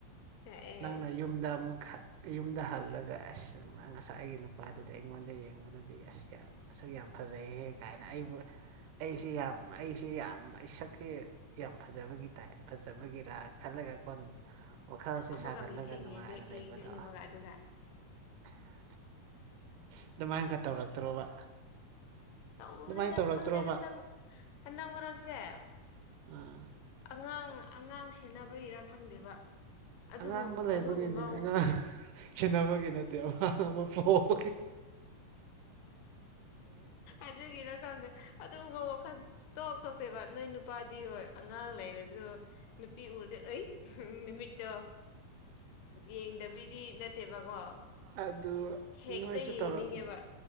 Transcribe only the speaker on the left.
ꯑꯦ
ꯑꯃꯨꯛꯀ
ꯃꯤꯁꯦ
ꯌꯦꯗ
ꯌꯦꯡꯗꯣꯏꯅꯦꯕꯒ ꯑꯗꯨꯒ
ꯇꯧꯗꯤꯗ
ꯈꯪꯗꯦ ꯍꯟꯗꯛ ꯍꯟꯗꯛ ꯃꯔꯛꯁꯦ
ꯑꯉꯥꯡ ꯑꯉꯥꯡ ꯁꯦꯟꯅꯕꯒꯤꯔ ꯈꯪꯗꯦꯕ ꯑꯗꯨꯕꯨ
ꯑꯗꯨꯒꯨꯝꯕ
ꯑꯗꯒꯤ ꯏꯔ ꯀꯗꯦ ꯑꯗꯨꯒꯨꯝꯕ ꯋꯥꯈꯟ ꯇꯣꯛ ꯇꯣꯛꯇꯣꯏꯕ ꯅꯣꯏ ꯅꯨꯄꯥꯗꯤ ꯍꯣꯏ ꯑꯉꯥꯡ ꯂꯩꯔꯁꯨ ꯅꯨꯄꯤ ꯎꯔꯗ ꯑꯩ ꯅꯨꯃꯤꯠꯇꯣ ꯌꯦꯡꯗꯕꯤ ꯗꯤ ꯅꯠꯇꯦꯕꯀꯣ
ꯍꯦꯛꯇ
ꯌꯦꯡꯅꯤꯡꯉꯦꯕ